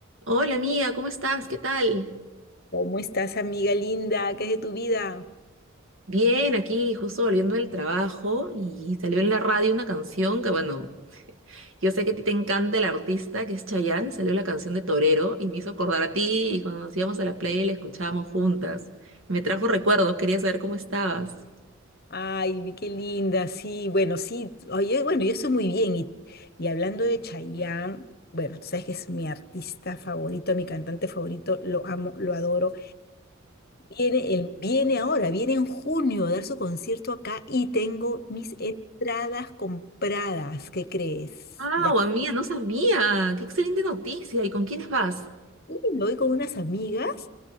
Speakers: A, on the right (about 75°); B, on the left (about 50°).
A: Hola amiga, ¿cómo estás? ¿Qué tal?
B: ¿Cómo estás, amiga linda? ¿Qué es de tu vida?
A: Bien, aquí justo volviendo del trabajo y salió en la radio una canción que bueno, yo sé que a ti te encanta el artista que es Chayanne, salió la canción de Torero y me hizo acordar a ti y cuando nos íbamos a la playa y la escuchábamos juntas. Me trajo recuerdos, quería saber cómo estabas.
B: Ay, vi qué linda, sí, bueno, sí, oye, bueno, yo estoy muy bien. Y, y hablando de Chayanne, bueno, tú sabes que es mi artista favorito, mi cantante favorito, lo amo, lo adoro. Viene, el, viene ahora, viene en junio a dar su concierto acá y tengo mis entradas compradas, ¿qué crees?
A: Ah,
B: Las
A: amiga, no sabía. Qué excelente noticia. ¿Y con quiénes vas?
B: y me voy con unas amigas,